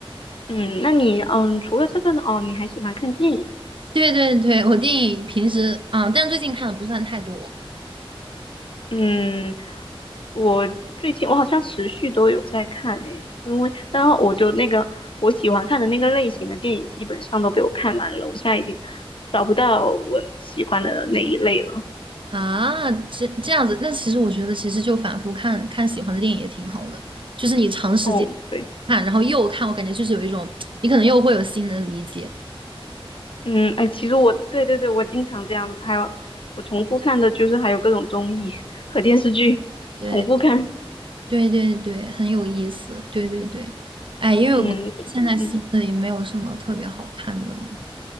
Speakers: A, on the left; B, on the right.
A: 嗯，那你嗯，除了这个呢，哦，你还喜欢看电影？
B: 对对对，我电影平时啊，但最近看的不算太多。
A: 嗯，我最近我好像持续都有在看诶，因为当然我就那个我喜欢看的那个类型的电影基本上都被我看完了，我现在已经找不到我喜欢的那一类了。
B: 啊，这这样子，那其实我觉得，其实就反复看看喜欢的电影也挺好的，就是你长时间
A: 哦，对，
B: 看，然后又看，我感觉就是有一种，你可能又会有新的理解。
A: 嗯，哎，其实我的对对对，我经常这样，还有我重复看的就是还有各种综艺和电视剧重复看，
B: 对，对对对，很有意思。对对对，哎，因为我现在新的也没有什么特别好看的呢。
A: 嗯嗯，